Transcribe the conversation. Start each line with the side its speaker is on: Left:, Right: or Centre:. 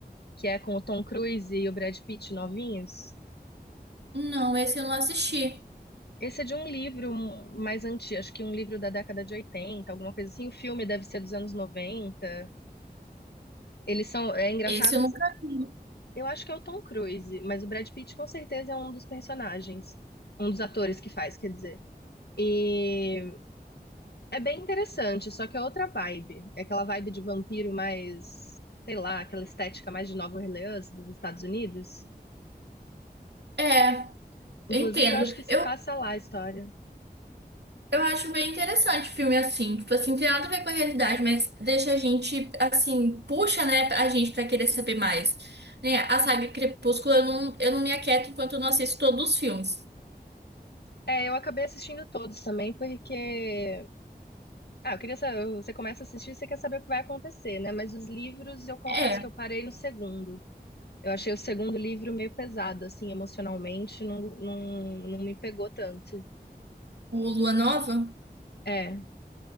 Left: que é com o Tom Cruise e o Brad Pitt novinhos.
Right: Não, esse eu não assisti.
Left: Esse é de um livro um- mais antigo, acho que um livro da década de 80, alguma coisa assim. O filme deve ser dos anos 90. Eles são. É engraçado
Right: Esse eu nunca vi.
Left: Eu acho que é o Tom Cruise, mas o Brad Pitt com certeza é um dos personagens, um dos atores que faz, quer dizer. E é bem interessante, só que é outra vibe. É aquela vibe de vampiro mais, sei lá, aquela estética mais de Nova Orleans dos Estados Unidos.
Right: É, eu
Left: Inclusive,
Right: entendo.
Left: eu acho que se
Right: Eu
Left: passa lá a história.
Right: Eu acho bem interessante filme assim. Tipo assim, tem nada a ver com a realidade, mas deixa a gente, assim, puxa, né, a gente pra querer saber mais. Né? A saga Crepúsculo, eu não, eu não me aquieto enquanto eu não assisto todos os filmes.
Left: É, eu acabei assistindo todos também, porque. Ah, eu queria saber. Você começa a assistir, você quer saber o que vai acontecer, né? Mas os livros, eu confesso
Right: É,
Left: que eu parei no segundo. Eu achei o segundo livro meio pesado, assim, emocionalmente, não, não, não me pegou tanto.
Right: o Lua Nova,
Left: É.